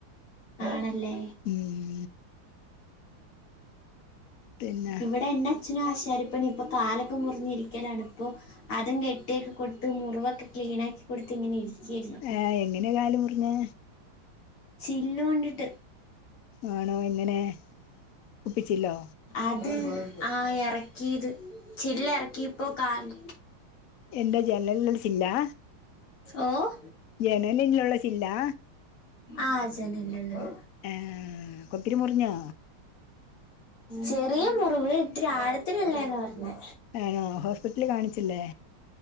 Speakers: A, on the left; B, on the left.
A: ആണല്ലേ
B: ഉം പിന്നെ
A: ഇവിടെ എന്റെ അച്ഛനും ആശാരിപ്പണി ഇപ്പൊ കാലൊക്കെ മുറിഞ്ഞിരിക്കലാണ് ഇപ്പൊ അതും കെട്ടിയൊക്കെ കൊടുത്ത് മുറിവൊക്കെ ക്ലീൻ ആക്കി കൊടുത്ത് ഇങ്ങനെ ഇരിക്കായിരുന്നു
B: ഏഹ് എങ്ങനെയാ കാൽ മുറിഞ്ഞെ
A: ചില്ല് കൊണ്ടിട്ട്
B: ആണോ എങ്ങനെ കുപ്പിച്ചില്ലോ
A: അത് ആഹ് എറക്കീത് ചില്ല് എറക്കീപ്പോ കാല്
B: എന്താ ജനൽനുള്ള ചില്ലാ
A: ഓഹ്
B: ജനലിലുള്ള ചില്ലാ
A: ആഹ് ജനൽനുള്ളത്
B: ഏഹ് കൊത്തിരി മുറിഞ്ഞോ
A: ചെറിയ മുറിവ് ഇത്തിരി ആഴത്തിനില്ലേന്ന പറഞ്ഞെ
B: ആണോ ഹോസ്പിറ്റല് കാണിച്ചില്ലേ